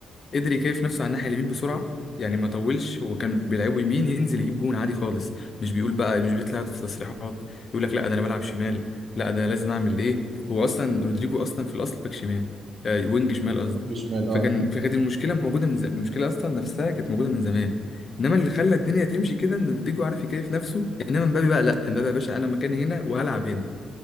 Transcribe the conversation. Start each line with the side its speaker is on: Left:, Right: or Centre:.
Left: قدر يكيف نفسه على الناحية اليمين بسرعة يعني ما طولش هو كان بيلعبه يمين ينزل يجيب جون عادي خالص مش بيقول بقى مش بيطلع يقعد في تصريحات يقول لك لا ده انا بلعب شمال لا ده لازم اعمل ايه هو اصلا رودريجو اصلا في الاصل باك شمال آه وينج شمال قصدي
Right: وينج شمال
Left: فكان
Right: اه
Left: فكانت المشكلة موجودة من زمان المشكلة اصلا نفسها كانت موجودة من زمان انما اللي خلى الدنيا تمشي كده ان رودريجو عارف يكيف نفسه انما مبابي بقى لا مبابي يا باشا انا مكاني هنا وهلعب هنا